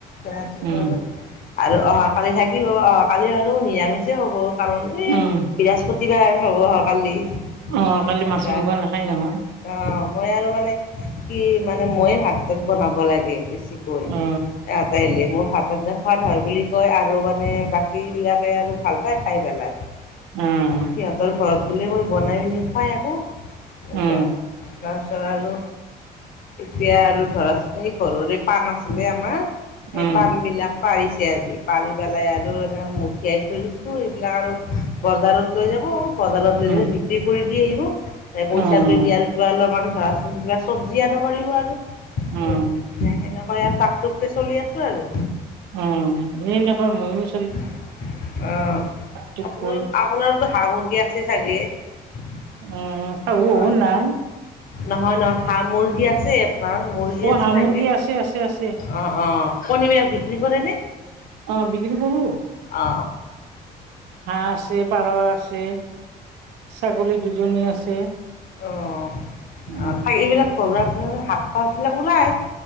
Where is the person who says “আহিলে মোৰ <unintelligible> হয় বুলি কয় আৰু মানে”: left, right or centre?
Left